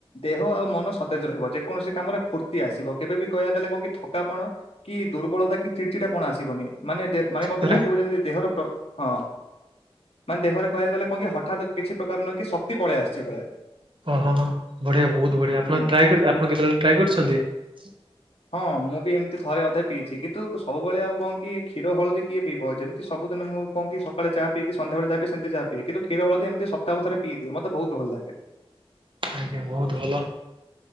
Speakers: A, on the left (about 75°); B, on the right (about 55°).
A: ଦେହ ଆଉ ମନ ସତେଜ ରହିବ ଯେକୌଣସି କାମରେ ଫୁର୍ତ୍ତି ଆସିବ କେବେ ବି କହିବା ଗଲେ କଣ କି ଥକାପଣ କି ଦୁର୍ବଳତା କି ଚିଡଚିଡା କଣ ଆସିବନି ମାନେ ମାନେ କଣ
B: ଥରେ
A: କି ଲାଗିବ ଯି ଦେହର ହଁ ମାନେ ଦେହରେ କହିବାକୁ ଗଲେ କଣ କି ହଠାତ୍ କିଛି ପ୍ରକାର ନୁହେଁ କି ଶକ୍ତି ପଳେଇ ଆସିଛି ଭଳିଆ
B: ଓହୋ ବଢିଆ ବହୁତ ବଢିଆ ଆପଣ
A: ହୁଁ।
B: ଟାଏ ଆପଣ କେତେବେଳେ ଟ୍ରୀ କରିଛନ୍ତି।
A: ହଁ ମୁଁ ବି ଏମିତି ଥରେ ଅଧା ପିଇଛି କିନ୍ତୁ ସବୁବେଳେ ଆଉ କଣ କି କ୍ଷୀର ହଳଦୀ କିଏ ପିବ ଯେମିତି ସବୁଦିନ ମୁ ମୁଁ କହ କି ସକାଳେ ଚା ପିଇକି ସନ୍ଧ୍ୟାବେଳେ ଚାହା ପିଏ ସେମିତି ଚା ପିଏ କିନ୍ତୁ କ୍ଷୀର ହଳଦି ଏମତି ସପ୍ତାହକୁ ଥରେ ପିଇଦିଏମତେ ବହୁ ଭଲ ଲାଗେ।
B: ଆଜ୍ଞା ବହୁତ ଭଲ।